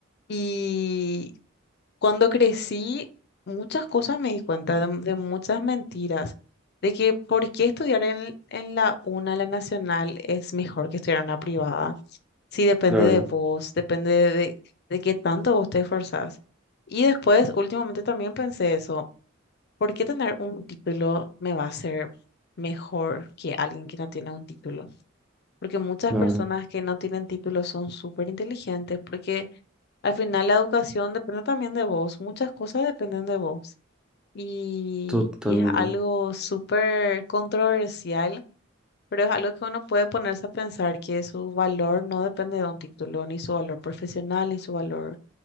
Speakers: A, on the left; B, in the centre.
A: Y cuando crecí, muchas cosas me di cuenta de, de muchas mentiras, de que por qué estudiar en, en la UNA, la nacional, es mejor que estudiar en una privada Sí, depende
B: Claro,
A: de vos, depende de, de, de qué tanto vos te esforzás. Y después, últimamente también pensé eso, ¿por qué tener un título me va a ser mejor que alguien que no tiene un título? Porque muchas
B: claro,
A: personas que no tienen título son súper inteligentes, porque al final la educación depende también de vos, muchas cosas dependen de vos. Y,
B: totalmente.
A: y es algo súper controversial pero es algo que uno puede ponerse a pensar que su valor no depende de un título, ni su valor profesional, ni su valor